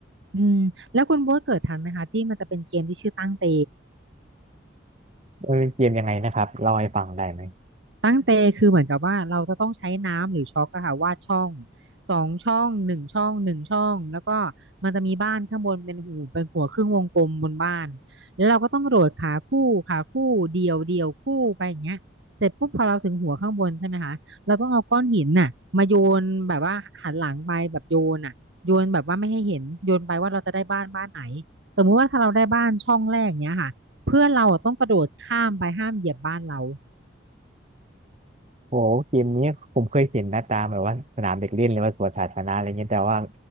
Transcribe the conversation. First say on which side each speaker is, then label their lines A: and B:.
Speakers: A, on the right (about 70°); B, on the right (about 35°).
A: อืมแล้วคุณโบ๊ทเกิดทันไหมคะที่มันจะเป็นเกมที่ชื่อตั้งเต
B: เออเกมยังไงนะครับเล่าให้ฟังได้ไหม
A: ตั้งเตคือเหมือนกับว่าเราจะต้องใช้น้ำหรือช็อกอะค่ะวาดช่องสองช่องหนึ่งช่องหนึ่งช่องแล้วก็มันจะมีบ้านข้างบนเป็นหูเป็นหัวครึ่งวงกลมบนบ้านแล้วเราก็ต้องโดดขาคู่ขาคู่เดี่ยวเดี่ยวคู่ไปอย่างเงี้ยเสร็จปุ๊บพอเราถึงหัวข้างบนใช่ไหมคะเราต้องเอาก้อนหินน่ะมาโยนแบบว่าหันหลังไปแบบโยนน่ะโยนแบบว่าไม่ให้เห็นโยนไปว่าเราจะได้บ้านบ้านไหนสมมุติว่าถ้าเราได้บ้านช่องแรกเนี้ยค่ะเพื่อนเราอะต้องกระโดดข้ามไปห้ามเหยียบบ้านเรา
B: โอ้โหเกมนี้ผมเคยเห็นหน้าตาแบบว่าสนามเด็กเล่นหรือว่าสวนสาธารณะอะไรเงี้ยแต่ว่า